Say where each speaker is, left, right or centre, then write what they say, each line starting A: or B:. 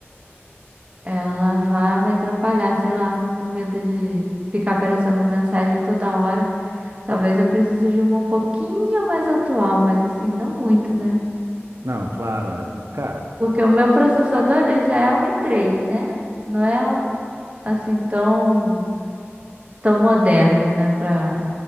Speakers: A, on the right; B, on the right.
A: ela vá me atrapalhar, sei lá, fico com medo de ficar aparecendo mensagem toda hora. Talvez eu precise de uma um pouquinho mais atual, mas assim, não muito, né?
B: Não, claro, é- cara.
A: Porque o meu processador ele já é um i três, né? Não é assim tão tão moderno, né, Para